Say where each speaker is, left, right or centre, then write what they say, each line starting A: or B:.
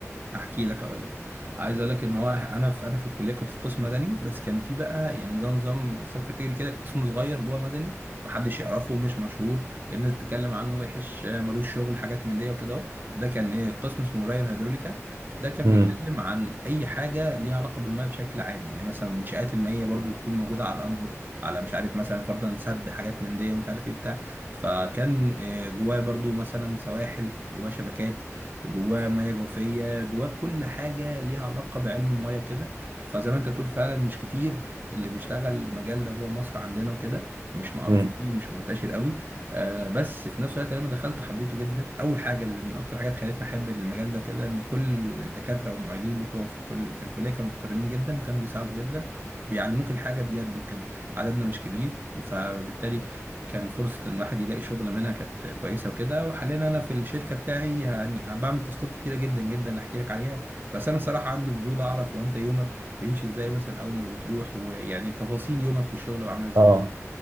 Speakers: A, on the right; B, on the right.
A: احكي لك اقول لك عايز اقول لك ان هو انا في انا في الكليه كنت في قسم مدني بس كان في بقى يعني زي نظام سب كاتيجوري كده قسم صغير جوه مدني محدش يعرفه مش مشهور الناس بتتكلم عنه وحش آه، ملوش شغل حاجات من دي وكده اهو ده كان ايه قسم اسمه الري الهيدروليكا ده كان
B: امم
A: بيتكلم عن اي حاجه ليها علاقه بالميه بشكل عام يعني مثلا المنشآت المائيه برضو تكون موجوده على الانهر على مش عارف مثلا فرضا سد حاجات من دي ومش عارف ايه بتاع فكان آه، جواه برضو مثلا سواحل جواه شبكات جواه ميه جوفيه جواه كل حاجه ليها علاقه بعلم الميه كده فزي ما انت بتقول فعلا مش كتير اللي بيشتغل المجال ده جوه مصر عندنا وكده مش معروف
B: امم
A: فيه مش منتشر قوي آه بس في نفس الوقت لما دخلته حبيته جدا اول حاجه اللي من اكتر حاجات خلتني احب المجال ده كده ان كل الدكاتره والمعيدين بتوعه في الكل في الكليه كانوا محترمين جدا كانوا بيساعدوا جدا وبيعلموك الحاجه بجد وكده عددنا مش كبير فبالتالي كان فرصة إن الواحد يلاقي شغل منها كانت كويسة وكده وحاليا أنا في الشركة بتاعي يعني بعمل تاسكات كتيرة جدا جدا أحكي لك عليها بس أنا صراحة عندي فضول أعرف هو أنت يومك بيمشي إزاي مثلا أول ما بتروح ويعني تفاصيل يومك في الشغل بقى عاملة إزاي؟
B: اه